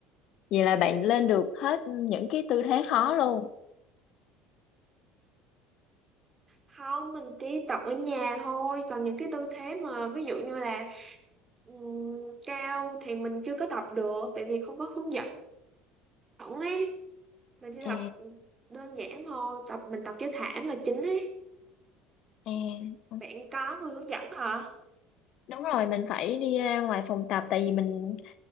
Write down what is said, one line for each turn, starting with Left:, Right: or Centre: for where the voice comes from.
Left: vậy là bạn lên được hết những cái tư thế
Right: Ừ.
Left: khó luôn
Right: Không, mình chỉ tập ở nhà thôi. Còn những cái tư thế mà ví dụ như là ừm, cao thì mình chưa có tập được tại vì không có hướng dẫn ấy. mình chỉ
Left: à,
Right: tập ừ, đơn giản thôi tập mình tập với thảm là chính ấy
Left: à, ờ.
Right: bạn có người hướng dẫn hả
Left: đúng rồi mình phải đi ra ngoài phòng tập tại vì mình